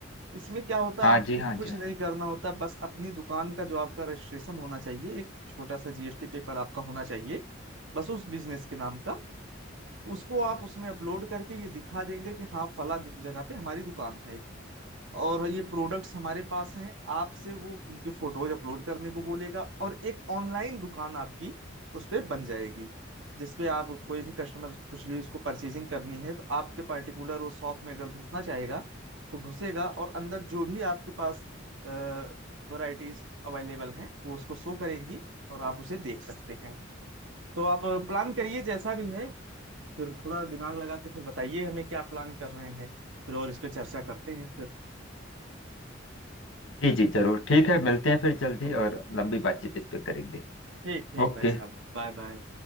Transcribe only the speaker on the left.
हाँ
जी हाँ
जी
जी जी जरूर ठीक है मिलते हैं फिर जल्दी और लंबी बातचीत इस पे करेंगे
ओके